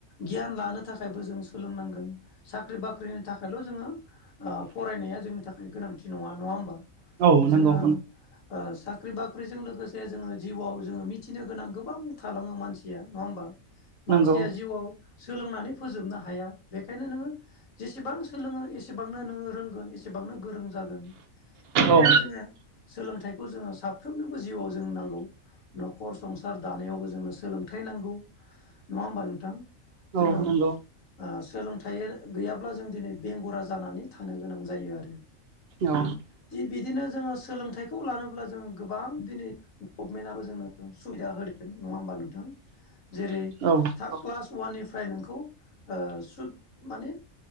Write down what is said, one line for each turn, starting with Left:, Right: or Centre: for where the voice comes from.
Left: गियान लानो थाखायबो जों सोलोंनांगोन सा ख्रि बाख्रिनि थाखायल' जोङो ओ फरायनाया जोंनि थाखाय गोनांथि नङा नङा होमबा।
Right: औ नोंगौ।
Left: जोङो ओ साख्रि बाख्रिजों लोगोसे जोङो जिउआव जोङो मिथिनो गोनां गोबां थालाङो मानसिया नङा होमबा।
Right: नंगौ
Left: मानसिया जिउआव सोलोंनानै फोजोबनो हाया बेखायनो नोङो जेसेबां सोलोङो एसेबांनो नोङो रोंगोन एसेबांनो गोरों जागोन बेखायनो
Right: औ
Left: जोङो सोलोंथाइखौ जोङो साफ्रोमनोबो जिउआव जों नांगौ। न'खर संसार दानायावबो जोंनो सोलोंथाइ नांगौ नङा होमबा नोंथां। जोङो
Right: औ नंगौ
Left: ओ सोलोंथाइ गैयाब्ला जों दिनै बेंगुरा जानानै थानो गोनां जायो आरो।
Right: औ।
Left: दि बिदिनो जोङो सोलोंथाइखौ लानोब्ला जों गोबां दिनै गभमेन्टआबो जोंनो सुबिदा होदों नङा होमबा नोंथां।
Right: <inaudible>
Left: जेरै
Right: औ नंगौ
Left: क्लास अवाननिफ्राय नोंखौ ओ सुद माने